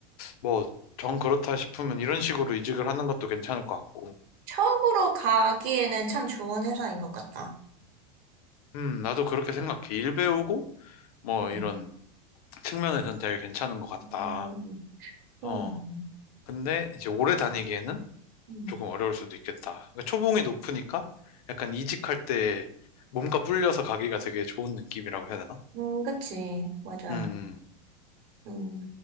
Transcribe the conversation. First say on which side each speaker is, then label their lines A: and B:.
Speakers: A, on the left (about 65°); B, on the right (about 45°).
A: 뭐 정 그렇다 싶으면 이런 식으로 이직을 하는 것도 괜찮을 것 같고.
B: 처음으로 가기에는 참 좋은 회사인 것 같다.
A: 음, 나도 그렇게 생각해. 일 배우고 뭐
B: 응
A: 이런 측면에서는 되게 괜찮은 것 같다.
B: 음, 그럼.
A: 어. 근데 이제 오래 다니기에는
B: 음.
A: 조금 어려울 수도 있겠다. 그러니까 초봉이 높으니까 약간 이직할 때 몸값 불려서 가기가 되게 좋은 느낌이라고 해야 되나?
B: 음, 그치. 맞아.
A: 음, 음.
B: 음,